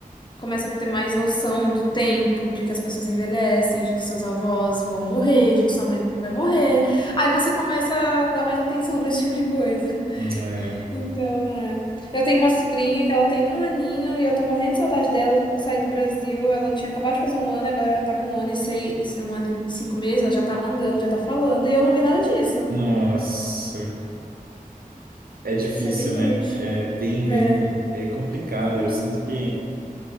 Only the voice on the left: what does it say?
começa a ter mais noção do tempo, de que as pessoas envelhecem, de que seus avós vão morrer, de que sua mãe vai morrer, aí você começa a dar mais atenção pra esse tipo de coisa.
Então, é. Eu tenho uma sobrinha que ela tem um aninho e eu tô morrendo de saudade dela. Eu saí do Brasil, ela tinha acabado de fazer um ano, agora já tá com um ano e seis, um ano e cinco meses, ela já tá andando, já tá falando, e eu não vi nada disso.
Isso é bem triste.
É.